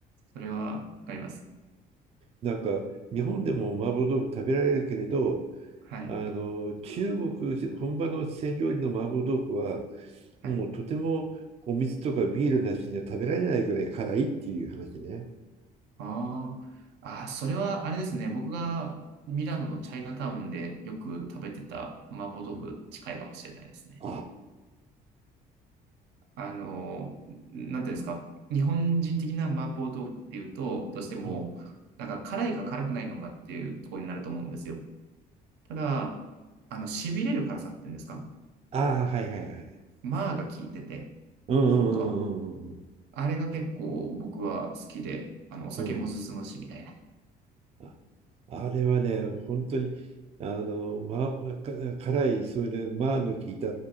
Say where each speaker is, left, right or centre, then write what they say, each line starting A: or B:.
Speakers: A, on the right; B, on the right.
A: それは、わかります。
B: なんか、日本でも麻婆豆腐食べられるけれど、
A: はい。
B: あの中国本場の四川料理の麻婆豆腐は
A: はい。
B: もうとてもお水とかビールなしには食べられないぐらい辛いっていう話ね。
A: ああ、ああ、それは、あれですね。僕がミラノのチャイナタウンでよく食べてた麻婆豆腐近いかもしれないですね。
B: うん。あ、
A: あの、なんていうんですか、日本人的な麻婆豆腐っていうと、どうしても、
B: うん。
A: なんか辛いか辛くないのかっていうところになると思うんですよ。ただ、あの、痺れる辛さっていうんですか、
B: ああ、はいはいはい。
A: 麻が効いてて、
B: うんうんうんうん
A: なんか、あれが結構僕は好きで、あの、お酒も進むし、
B: うんうん。
A: みたいな。
B: あ、あれはね、本当にあの、ま、か辛い、それで麻の効いた